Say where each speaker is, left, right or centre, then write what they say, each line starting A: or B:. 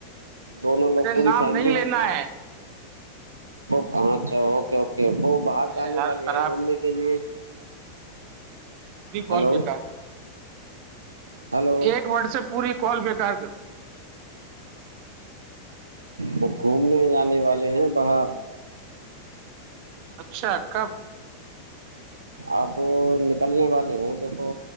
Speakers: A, on the right; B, on the right.
A: دونوں لوگ
B: ارے
A: پوری
B: نام
A: فیملی
B: نہیں لینا ہے
A: اچھا اوکے اوکے وہ
B: تم
A: باہر
B: نے
A: جانے
B: ہر
A: والے
B: خراب
A: ہیں گھومنے کے لیے
B: پوری کال
A: ہلو
B: بیکار کر
A: ہلو
B: ایک وٹ سے پوری کال بےیکار کرتی
A: وہ گھومنے جانے والے ہیں باہر
B: اچھا کب
A: اپ وہ نکلنے والے ہیں دیکھو